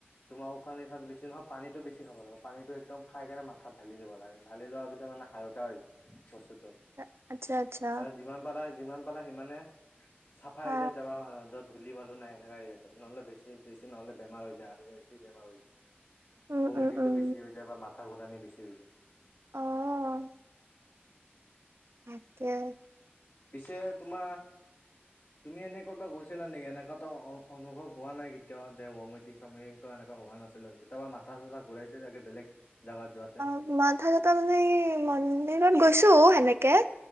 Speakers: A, on the left (about 70°); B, on the right (about 85°).
A: তোমাৰ উশাহ নিশাত বেছি নহয় পানীটো বেছি খাব লাগে পানীটো একদম খাই কেনে মাথাত ধালি দিব লাগে ধালি লোৱাৰ পিছ। ত মানে হালকা হৈ বস্তুতো।
B: আ আচ্ছা আচ্ছা।
A: যিমান পাৰা যিমান পাৰা সিমানে চাফাই
B: অ
A: এৰিয়াত যাবা হয় য'ত। ধূলি বালো নাই এনেকা এৰিয়াত যায় নহলে বেছি বেছি নহ'লে বেমাৰ হৈ যায় আৰু বেছি বেমাৰ হৈ।
B: উম
A: বমিটিংটো
B: উম উম
A: বেছি হৈ যায় বা মাথা ঘূৰাণি বেছি হৈ যায়।
B: অহ। তাকে।
A: পিছে তোমাৰ। তুমি এনে ক'বা গৈছিলা নেকি এনেকুৱাতো অ অনুভৱ হোৱা নাই কেতিয়াও যে বমিটিং চামিটিং। ত এনেকুৱা হোৱা নাছিলে কেতিয়াবা মাথা চাথা ঘূৰাইছে চাগে বেলেগ জগাত যোৱাত।
B: অ মাথা চাথা মানে কি মন্দিৰত গৈছো সেনেকে